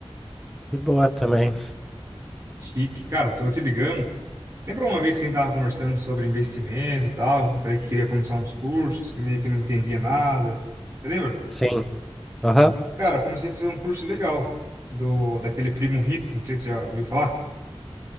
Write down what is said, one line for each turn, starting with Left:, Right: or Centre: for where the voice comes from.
Centre: De boa também.
Right: Chique. Cara, tô te ligando. Lembra uma vez que a gente tava conversando sobre investimento e tal, que eu falei que queria começar uns cursos, que meio que não entendia nada. Você lembra?
Centre: Sim. Aham.
Right: Cara, comecei a fazer um curso legal do daquele primo rico, não sei se você já ouviu falar.